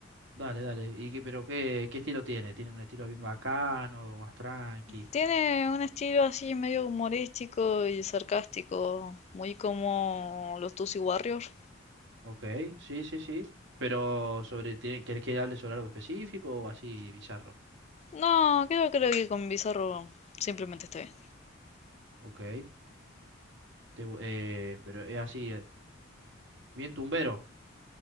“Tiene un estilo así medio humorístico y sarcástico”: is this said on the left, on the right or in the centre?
Left